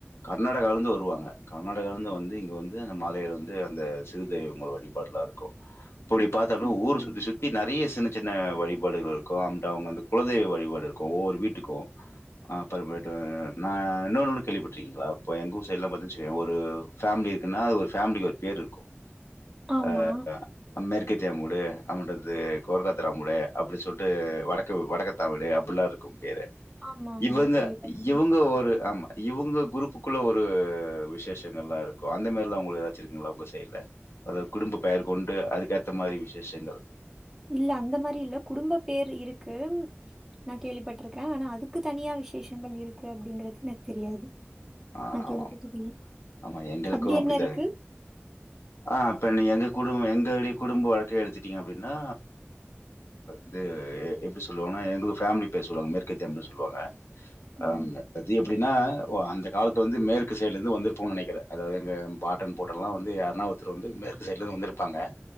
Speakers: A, on the left (about 70°); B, in the centre.
A: கர்நாடகால ருந்து வருவாங்க கர்நாடகால இருந்து வந்து இங்க வந்து அந்த மாலேல வந்து அந்த சிறு தெய்வங்கள் வழிபாடுலா இருக்கு இப்டி பாத்தாலு
B: ஓகே.
A: ஊரு சுத்தி சுத்தி நெறைய சின்ன சின்ன வழிபாடுகள்ருக்கு அங்ட்டு அவுங்க வந்து குலதெய்வ வழிபாடு ஒரு வீட்டுக்கு அப்புற மேட்டு நா இன்னொன்னு ஒன்னு கேள்விப்பட்டிருக்கீங்களா இப்ப எங்க ஊர் சைடெல்லா பாத்தீங்கன்ன வச்சுக்கோங்க ஒரு ஃபேமிலி இருக்குன்னா ஒவ்வொரு பேமிலிக்கும் ஒரு பேரு இருக்கு
B: ஆமா.
A: அஹ் அமெரிக் தெக்கத்தியாமுடு அப்பின்றது கோர்க்காத்தராமூடு அப்படின்னு சொல்லிட்டு வடக்கு வடக்கத்தா வீடு அப்புல்லருக்கு பேரு
B: ஆமாமா.
A: இவுங்க
B: கேள்விப்பட்டுருக்கேன்.
A: இவுங்க ஒரு ஆமா இவுங்க குரூப்க்கு குள்ள ஒரு விசேஷங்கள் எல்லா இருக்கும் அந்த மாதிரிலா உங்களுக்கு ஏதாச்சு இருக்குங்களா உங்க சைட்ல அதாவது குடும்ப பெயர் கொண்டு அதுக்கேத்த மாதிரி விசேஷங்கள்
B: இல்ல அந்த மாதிரி இல்ல குடும்ப பேர் இருக்கு நா கேள்விப்பட்டிருக்கே ஆனா அதுக்கு தனியா விசேஷங்கள் இருக்கு அப்டிங்கறது எனக்கு தெரியாது
A: ஆஹ்
B: நான்
A: ஆமா
B: கேள்விப்பட்டதில்ல.
A: ஆமா எங்களுக்கு
B: அப்படி
A: அப்டித்தா
B: என்ன இருக்கு?
A: இரு ஆஹ் இப்ப நீங்க எந் குடும்ப எங்களுடைய குடும்ப வழக்க எடுத்துட்டிங்க அப்படின்னா இது எப்டி சொல்லுவாங்கன்னா எங்க ஃபேமிலி பேர் சொல்லுவாங்க மேற்கத்தியனு சொல்லுவாங்க
B: ம்.
A: ஆஹ் அது எப்புடின்னா ஓ அந்த காலத்து வந்து மேற்கு சைடுல இருந்துப் வந்திருப்போம்னு நெனைக்கிறே அதாவது எங்க பாட்டன் பூட்டன் எல்லா வந்து யாறணாவோருத்தர் வந்து மேற்கு சைடுலருந்து வந்துருப்பாங்க